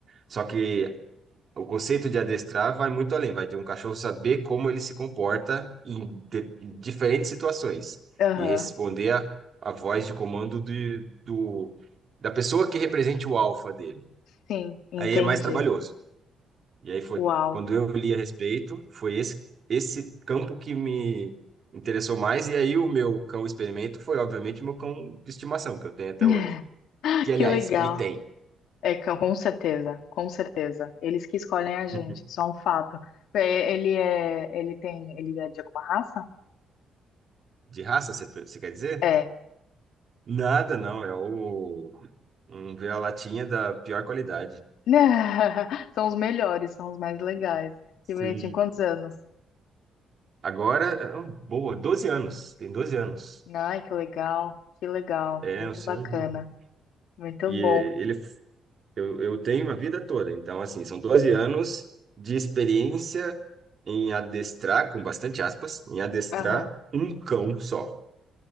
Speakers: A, on the right; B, on the left.
A: Só que o conceito de adestrar vai muito além, vai de um cachorro saber como ele se comporta em de- diferentes situações
B: Aham,
A: e responder a, a voz de comando de, do, da pessoa que represente o alfa dele.
B: sim, entendi.
A: Aí é mais trabalhoso. E aí foi
B: Uau.
A: quando eu li a respeito, foi esse esse campo que me interessou mais e aí o meu cão experimento foi obviamente o meu cão de estimação que eu tenho até
B: <laughs>
A: hoje. Que aliás,
B: Que legal.
A: me tem.
B: É, com com certeza, com certeza. Eles que escolhem a gente,
A: <laughs>
B: isso é um fato. É, Ele é, ele tem, ele é de alguma raça?
A: De raça, você você quer dizer?
B: É.
A: Nada, não, é o um vira-latinha da pior qualidade.
B: <laughs> São os melhores, são os mais legais.
A: Sim.
B: Que bonitinho, quantos anos?
A: Agora, ah, boa, 12 anos, tem 12 anos.
B: Ai, que legal, que legal,
A: É,
B: muito
A: o senhor
B: bacana,
A: de-
B: muito
A: E
B: bom.
A: ele Eu, eu tenho a vida toda, então, assim, são 12 anos de experiência em adestrar, com bastante aspas, em adestrar
B: Aham.
A: um cão só.